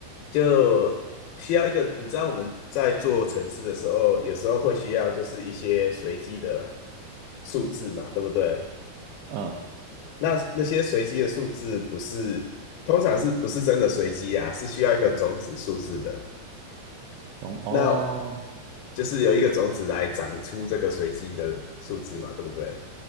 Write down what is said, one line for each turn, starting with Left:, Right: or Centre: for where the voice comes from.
Left: 就需要一个，你知道我们在做城市的时候，有时候会需要就是一些随机的数字嘛，对不对？
Right: 嗯，
Left: 那那些随机的数字不是，通常是不是真的随机啊？是需要一个种子数字的。
Right: 从哦，
Left: 那就是由一个种子来长出这个随机的数字嘛，对不对？